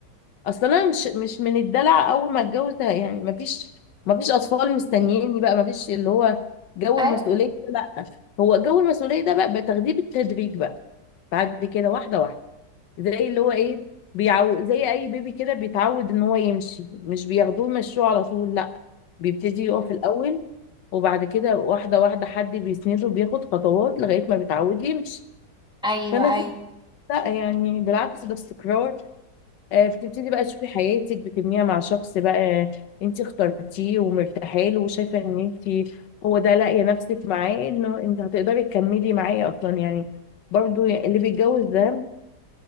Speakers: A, on the left (about 75°); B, in the centre.
A: اصل انا مش مش من الدلع اول ما اتجوز ده، يعني ما فيش ما فيش اطفال مستنييني بقى ما فيش اللي هو جو
B: ايوه
A: المسؤوليه ده، لا هو جو المسؤوليه ده بقى بتاخديه بالتدريج بقى بعد كده واحده واحده زي اللي هو ايه بيعو زي اي بيبي كده بيتعود ان هو يمشي مش بياخدوه يمشوه على طول لا بيبتدي يقف الاول وبعد كده واحده واحده حد بيسنده بياخد خطوات لغايه ما بيتعود يمشي
B: ايوه
A: فانا
B: ايوه
A: لا يعني بالعكس ده استقرار آه، بتبتدي بقى تشوفي حياتك بتبنيها مع شخص بقى انت اخترتيه ومرتاحه له وشايفه ان انت هو ده لاقيه نفسك معاه انه انت هتقدري تكملي معاه اصلا يعني برضو يعني اللي بيتجوز ده